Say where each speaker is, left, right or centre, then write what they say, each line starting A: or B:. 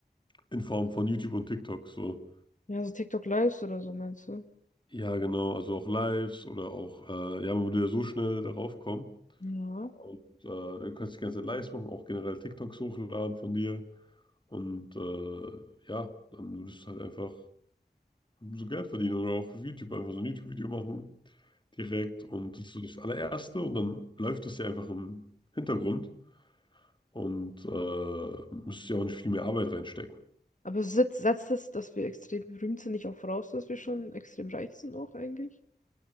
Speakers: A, on the left; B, on the left.
A: in Form von YouTube und TikTok, so.
B: Ja, so TikTok Lives oder so, meinst du?
A: Ja, genau, also auch Lives oder auch, äh, ja, man würde ja so schnell darauf kommen.
B: Ja.
A: Und äh, du kannst die ganze Zeit Lives machen, auch generell TikToks hochladen von dir. Und äh, ja, dann würdest du halt einfach so Geld verdienen oder auch auf YouTube einfach so ein YouTube-Video machen direkt. Und das ist so das allererste und dann läuft es ja einfach im Hintergrund. Und äh, müsste ja auch nicht viel mehr Arbeit reinstecken.
B: Aber setzt, setzt das, dass wir extrem berühmt sind, nicht auch voraus, dass wir schon extrem reich sind auch eigentlich?